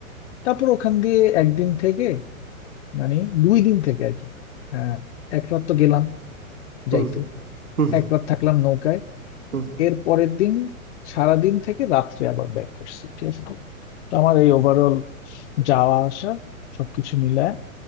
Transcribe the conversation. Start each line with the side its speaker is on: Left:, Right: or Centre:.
Left: তারপর ওখান দিয়ে একদিন থেকে মানে দুই দিন থেকে আর কি আহ এক রাত তো গেলাম
Right: হুম
Left: যাইতে
Right: হুম
Left: এক রাত থাকলাম নৌকায়
Right: হুম
Left: এর পরের দিন সারাদিন থেকে রাত্রে আবার ব্যাক আসছি ঠিক আছে তো আমার এই ওভারঅল যাওয়া আসা সবকিছু মিলায়